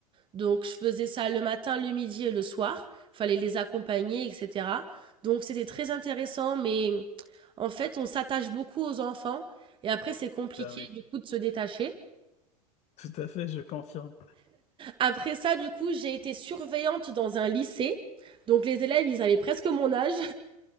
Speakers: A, on the right; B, on the left.
A: Donc je faisais ça le matin, le midi et le soir. Fallait les accompagner et cetera. Donc c'était très intéressant, mais en fait, on s'attache beaucoup aux enfants et après c'est compliqué
B: Ben oui.
A: du coup de se détacher.
B: Tout à fait, je confirme.
A: Après ça, du coup, j'ai été surveillante dans un lycée. Donc les élèves, ils avaient presque mon âge.